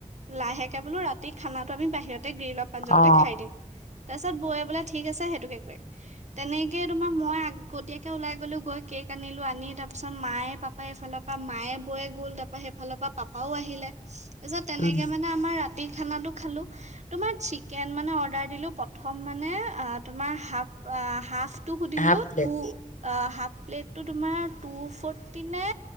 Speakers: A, on the right (about 55°); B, on the left (about 65°).
A: লাহেকে বোলো ৰাতি খানাটো আমি বাহিৰত গ্ৰীণ অৱ পাঞ্জাৱতে
B: অ
A: খাই দিম। তাৰ পিছত বৈ বোলে ঠিক আছে সেইটোকে কৰিম, তেনেকে তোমাৰ মই আগতীয়াকে ওলাই গ'লো, গৈ কেক আনিলো আনি তাৰ তাৰপিছত মায়ে পাপাই এইফালৰপা, মায়ে বৌয়ে গ'ল, তাৰপা সেইফালৰ পৰা পাপাওঁ আহিলে তাপিছত তেনেকে
B: উম
A: মানে আমাৰ ৰা তি খানাটো খালোঁ, তোমাৰ চিকেন মানে অৰ্দাৰ দিলোঁ প্ৰথম মানে আ তোমাৰ হাফ আ হাফ তো সুধিলো
B: হাফ প্লেট
A: টু অ হাফ প্লেটটো তোমাৰ টু ফৰ্টি নে